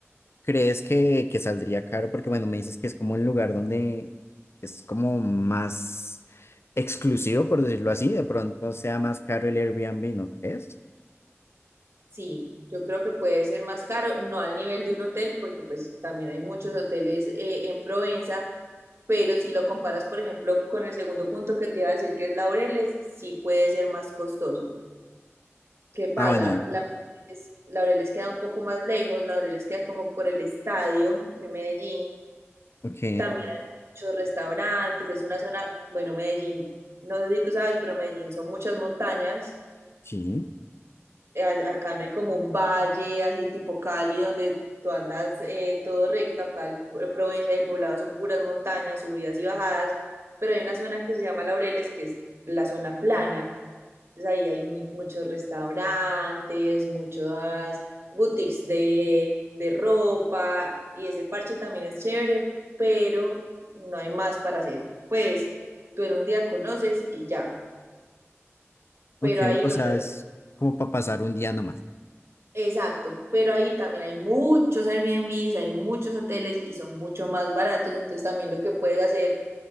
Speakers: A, on the left; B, on the right.
A: ¿Crees que, que saldría caro? Porque bueno, me dices que es como el lugar donde es como más exclusivo, por decirlo así, de pronto sea más caro el Airbnb, ¿no crees?
B: Sí, yo creo que puede ser más caro, no al nivel de un hotel, porque pues también hay muchos hoteles eh, en Provenza, pero si lo comparas, por ejemplo, con el segundo punto que te iba a decir, que es Laureles, sí puede ser más costoso. ¿Qué pasa?
A: Ah, bueno,
B: Laureles, Laureles queda un poco más lejos, Laureles queda como por el estadio de Medellín,
A: ok,
B: también hay muchos restaurantes, es una zona, bueno, Medellín, no sé si tú sabes, pero Medellín son muchas montañas.
A: sí,
B: eh, a- acá no hay como un valle así tipo Cali donde tú andas eh, todo recto, acá el, P- Provenza y el Poblado son puras montañas, subidas y bajadas, pero hay una zona que se llama Laureles, que es la zona plana, entonces ahí hay muy, muchos restaurantes, muchas boutiques de, de ropa y ese parche también es chévere, pero no hay más para hacer. Pues tú en un día conoces y ya,
A: ok,
B: pero ahí
A: o
B: los
A: sea, es como para pasar un día nomás.
B: Exacto, pero ahí también hay muchos Airbnbs, hay muchos hoteles y son mucho más baratos, entonces también lo que puedes hacer